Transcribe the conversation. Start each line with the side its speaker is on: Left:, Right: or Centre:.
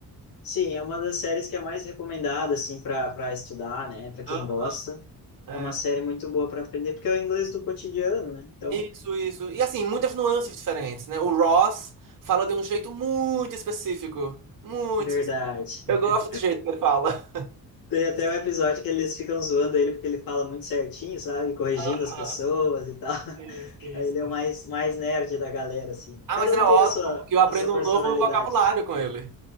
Left: Sim, é uma das séries que é mais recomendada assim para para estudar, né? Para quem
Right: Aham,
Left: gosta,
Right: é.
Left: é uma série muito boa para aprender porque é o inglês do cotidiano, né? Então,
Right: Isso, isso. E assim, muitas nuances diferentes, né? O Ross fala de um jeito muito específico. Muito.
Left: verdade.
Right: específico.
Left: <laughs>
Right: Eu gosto do jeito que ele fala.
Left: Tem até um episódio que eles ficam zoando ele porque ele fala muito certinho, sabe? Corrigindo
Right: Aham,
Left: as pessoas e tal. <laughs>
Right: Isso, isso.
Left: Aí ele é o mais mais nerd da galera assim. né.
Right: Ah,
Left: Cada
Right: mas é
Left: um
Right: ótimo,
Left: tem a sua
Right: porque eu aprendo
Left: a sua personalidade,
Right: um novo vocabulário
Left: né?
Right: com ele.